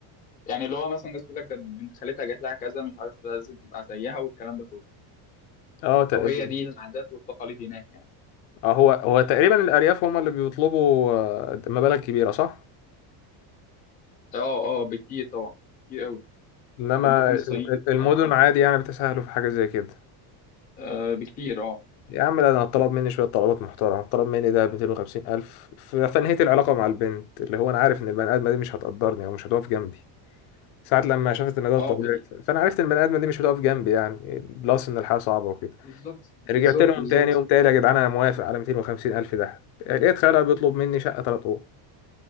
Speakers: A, on the left; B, on the left.
A: يعني اللي هو مثلا الناس تقول لك ده بنت خالتها جات لها كذا مش عارف لازم تبقى زيها والكلام ده كله
B: اه تقريبا
A: او هي دي العادات والتقاليد هناك يعني
B: آه، هو هو تقريبا الأرياف هم اللي بيطلبوا آه، مبالغ كبيرة صح؟
A: اه اه بكتير طبعا كتير قوي
B: انما
A: وممكن الصعيد
B: ال- ال- المدن
A: اكتر
B: عادي يعني بتسهلوا في حاجه زي كده
A: آه بكتير اه
B: يا عم لا ده انا طلب مني شويه طلبات محترمه طلب مني ده 250 الف ف- فانهيت العلاقه مع البنت اللي هو انا عارف ان البني ادمه دي مش هتقدرني او مش هتقف جنبي ساعة لما شافت ان ده
A: اه
B: طبيعي
A: ب...
B: ف- فانا عرفت ان البني ادمه دي مش هتقف جنبي يعني بلس ان الحياه صعبه وكده
A: بالظبط
B: رجعت
A: بالظبط
B: لهم
A: بالظبط
B: تاني قمت قايل يا جدعان انا موافق على 250 الف ده لقيت خالها بيطلب مني شقه ثلاث اوض